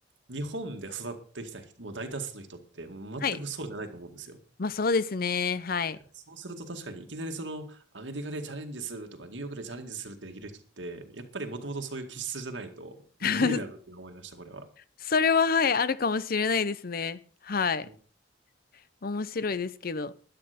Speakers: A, on the right; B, on the left.
A: 日本で育ってきた人、もう大多数の人って、もう全くそうじゃないと思うんですよ。
B: はい。まあそうですね、はい。
A: そうすると確かにいきなりそのアメリカでチャレンジするとかニューヨークでチャレンジするってできる人ってやっぱりもともとそういう気質じゃないと無理だなって思いました、
B: <laughs>
A: これは。
B: それははい、あるかもしれないですね。はい。
A: うん
B: 面白いですけど。